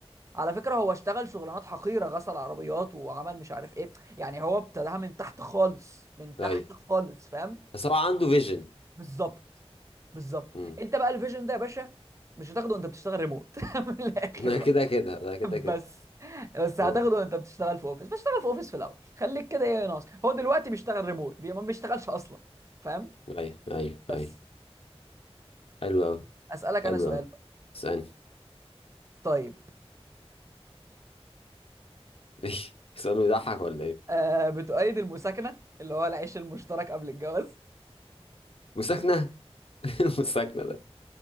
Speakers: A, on the right; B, on the left.
A: على فكره هو اشتغل شغلانات حقيره غسل عربيات وعمل مش عارف ايه يعني هو ابتداها من تحت خالص من تحت
B: ايوه
A: خالص فاهم
B: بس هو عنده فيجن
A: بالظبط بالظبط
B: امم
A: انت بقى الفيجن ده يا باشا مش هتاخده وانت بتشتغل ريموت <laughs> من الاخر
B: <laughs> ده كده كده ده
A: <laughs>
B: كده
A: بس
B: كده
A: بس هتاخده
B: اه
A: وانت بتشتغل في اوفيس فاشتغل في اوفيس في الاول خليك كده ايه ناقص هو دلوقتي بيشتغل ريموت بي ما بيشتغلش اصلا فاهم
B: ايوه ايوه
A: بس
B: ايوه حلو قوي
A: اسالك
B: حلو
A: انا سؤال
B: قوي
A: بقى
B: اسالني
A: طيب
B: <laughs> سؤال بيضحك ولا ايه
A: آه بتؤيد المساكنه اللي هو العيش المشترك قبل الجواز
B: مساكنه <laughs> المساكنه ده